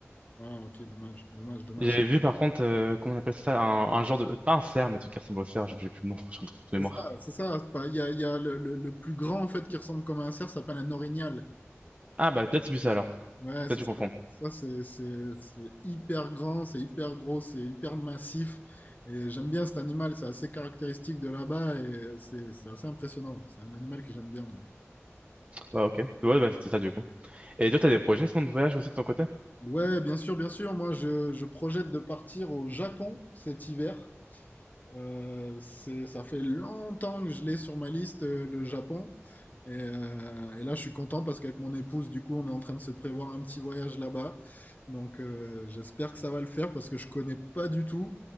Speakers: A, on the left; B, on the right.
A: Ah, ok, dommage, dommage, dommage.
B: J'avais vu par contre, euh, comment on appelle ça, un, un genre de... Pas un cerf, mais un truc qui ressemble au cerf, j'ai j'ai plus le nom, <laughs> j'ai un truc de mémoire.
A: Ah, c'est ça. c'est pas- Il y a, il y a le, le- le plus grand en fait qui ressemble comme un cerf, ça s'appelle un orignal.
B: Ah bah peut-être c'est ça alors,
A: Ouais,
B: peut-être
A: c'est
B: je
A: ça.
B: confonds.
A: Ça, c'est c'est- c'est hyper grand, c'est hyper gros, c'est hyper massif. Et j'aime bien cet animal, c'est assez caractéristique de là-bas et c'est c'est assez impressionnant. C'est un animal que j'aime bien.
B: Ouais ok, ouais bah, c'est ça du coup. Et toi t'as des projets sinon de voyage aussi de ton côté?
A: Ouais, bien sûr, bien sûr. Moi, je, je projette de partir au Japon cet hiver. Euh, c'est, ça fait longtemps que je l'ai sur ma liste, euh, le Japon. Et, euh, et là, je suis content parce qu'avec mon épouse, du coup, on est en train de se prévoir un petit voyage là-bas. Donc, euh, j'espère que ça va le faire parce que je connais pas du tout.